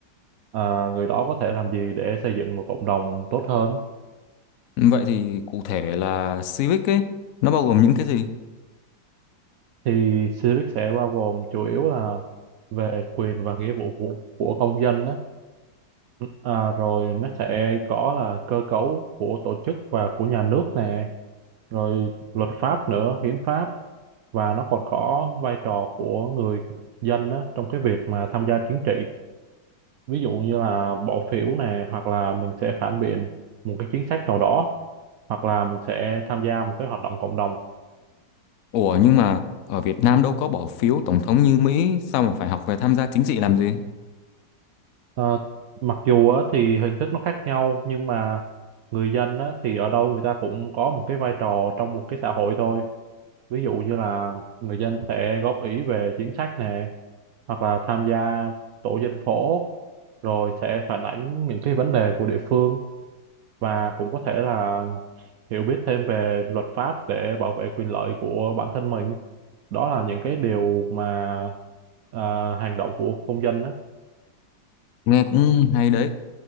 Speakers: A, on the right; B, on the left.
A: à, người đó có thể làm gì để xây dựng một cộng đồng tốt hơn
B: Vậy thì cụ thể là civic ấy, nó bao gồm những cái gì?
A: thì civic sẽ bao gồm chủ yếu là về quyền và nghĩa vụ của, của công dân đó à, rồi nó sẽ có là cơ cấu của tổ chức và của nhà nước nè rồi luật pháp nữa hiến pháp và nó còn có vai trò của người dân đó trong cái việc mà tham gia chính trị ví dụ như là bỏ phiếu này hoặc là mình sẽ phản biện một cái chính sách nào đó hoặc là mình sẽ tham gia một cái hoạt động cộng đồng
B: Ủa nhưng mà ở Việt Nam đâu có bỏ phiếu tổng thống như Mỹ, sao mà phải học về tham gia chính trị làm gì?
A: Ờ, mặc dù á, thì hình thức nó khác nhau nhưng mà người dân á, thì ở đâu người ta cũng có một cái vai trò trong một cái xã hội thôi ví dụ như là người dân sẽ góp ý về chính sách này hoặc là tham gia tổ dân phố rồi sẽ phản ánh những cái vấn đề của địa phương và cũng có thể là hiểu biết thêm về luật pháp để bảo vệ quyền lợi của bản thân mình. Đó là những cái điều mà à, hành động của công dân á.
B: Nghe cũng hay đấy.